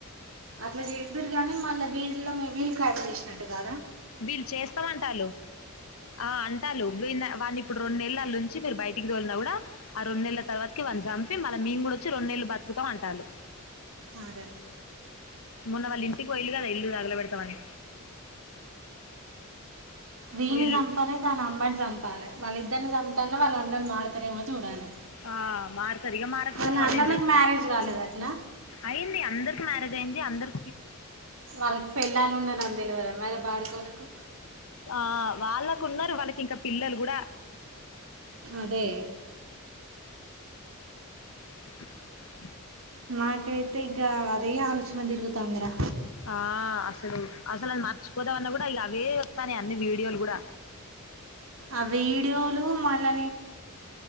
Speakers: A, on the right (about 65°); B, on the left (about 70°).
A: అట్లా చేదురు కానీ మల్ల వీళ్ళ వీళ్లు ప్లాన్ చేసినట్టు కదా
B: వీళ్ళు చేస్తాం అంటల్లు ఆ అంటల్లు వీళ్ళు వాన్ని ఇప్పుడు రెండు నెల్లు అల్లా ఉంచి మీరు బయటికి తోలినా కూడా ఆ రెండు నెల్లు తర్వాకి వాన్నీ మళ్ళ మేము కూడా వచ్చి రెంనెళ్లు బతుకుతామంటాళ్ళు
A: అదే
B: మొన్న వాళ్ళ ఇంటికి పోయిళ్ళు కదా ఇల్లు తగలబెడతామని
A: వీన్ని
B: పోయిల్లు
A: చంపాలే వాని అమ్మాని చంపాలే వాళ్ళి ఇద్దరిని చంపుతేనన్న వాళ్ళ అన్నలు మారుతారేమో చూడాలి
B: ఆ మారుతారు ఇగ మారకపోతే
A: వాళ్ళ
B: వాళ్ళు
A: అన్నలకు
B: ఏం చెతారు
A: మ్యారేజ్ కాలేదు అట్నా
B: అయింది అందరికి మ అదేంది అందరూ
A: వాళ్ళకి పెళ్ళాలు ఉన్నారు అని తెలవదా మరి బాడకవులకు
B: ఆ వాళ్ళకు ఉన్నారు వాళ్ళకి ఇంకా పిల్లలు కూడా
A: అదే
B: <inaudible>
A: నాకైతే ఇగ అదే ఆలోచన తిరుగుతుందిరా
B: ఆ అసలు అసలు అది మర్చిపోదామన్నా కూడా ఇగా అవే వస్తానై అన్ని వీడియోలు కూడా
A: ఆ వీడియోలు మళ్ళీ